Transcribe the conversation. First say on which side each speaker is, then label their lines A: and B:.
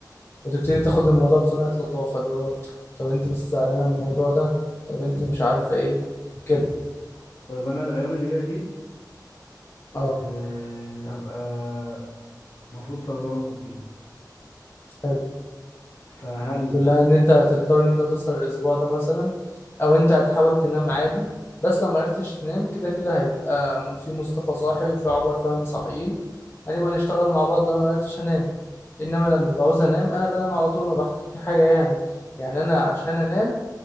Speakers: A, on the left; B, on the left.
A: وتبتدي تاخد الموضوع بصنعة لطافة اللي هو طب أنت لسه زعلانة من الموضوع ده طب أنت مش عارفة إيه كده
B: طيب انا الايام اللي جايه دي
A: أه
B: أه... هبقى المفروض سهران وكده
A: حلو
B: فهل
A: تقول لها ان انت هتضطر ان انت تسهر الاسبوع ده مثلا او انت هتحاول تنام عادي بس لو معرفتش تنام كده كده هيبقى في مصطفى صاحي وفي عمر فهمي صاحيين هنبقى نشتغل مع بعض لو انا معرفتش انام انما لما بعوز انام انا بنام على طول ما بحتاجش حاجه يعني يعني انا عشان انام